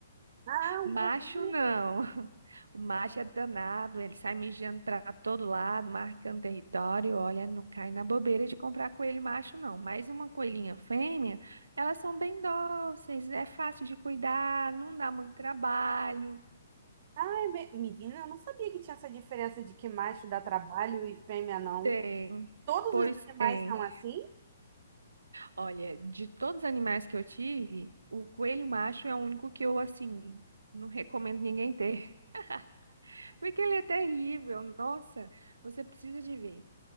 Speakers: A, on the right; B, on the right.
A: Ah, um
B: Macho
A: coelho.
B: não. <laughs> O macho é danado, ele sai mijando pra todo lado, marcando território. Olha, não cai na bobeira de comprar coelho macho, não. Mas uma coelhinha fêmea, elas são bem dóceis, é fácil de cuidar, não dá muito trabalho.
A: Ai, me- menina, eu não sabia que tinha essa diferença de que macho dá trabalho e fêmea não.
B: Tem,
A: Todos
B: pois
A: os animais
B: tem.
A: são assim?
B: Olha, de todos os animais que eu tive, o coelho macho é o único que eu, assim, não recomendo ninguém ter, <laughs> porque ele é terrível. Nossa, você precisa de ver.